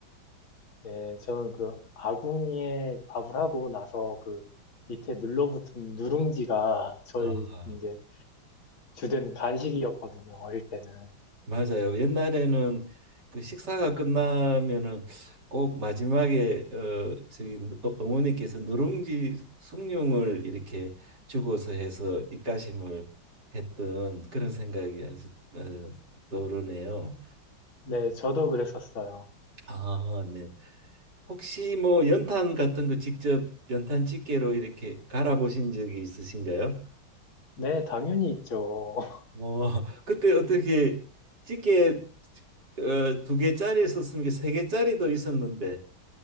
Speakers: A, on the left (about 85°); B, on the right (about 55°).
A: 네, 저는 그 아궁이에 밥을 하고 나서 그 밑에 눌러붙은 누룽지가 저희
B: 아,
A: 이제 주된 간식이었거든요. 어릴 때는.
B: 맞아요. 옛날에는 그 식사가 끝나면은 꼭 마지막에 어 저기 어- 어머니께서 누룽지 숭늉을 이렇게 주고서 해서 입가심을 했던 그런 생각이 아주 어, 떠오르네요.
A: 네, 저도 그랬었어요.
B: 아, 네. 혹시 뭐 연탄 같은 거 직접 연탄 집게로 이렇게 갈아 보신 적이 있으신가요?
A: 네, 당연히 있죠. <laughs>
B: 어, <laughs> 그때 어떻게 찌개 어, 두 개짜리 있었으면 이게 세 개짜리도 있었는데